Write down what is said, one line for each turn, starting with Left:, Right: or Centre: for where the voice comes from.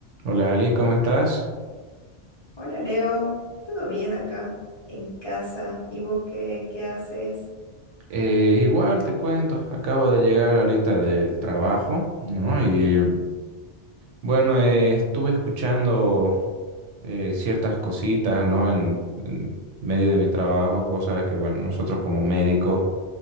Right: Hola Ali, ¿cómo estás?
Left: Hola Leo, ¿todo bien acá en casa? ¿Y vos qué, qué haces?
Right: Eh, igual te cuento, acabo de llegar ahorita del trabajo, ¿no? Y bueno, eh, estuve escuchando eh, ciertas cositas, ¿no? En, en medio de mi trabajo, vos sabes que, bueno, nosotros como médicos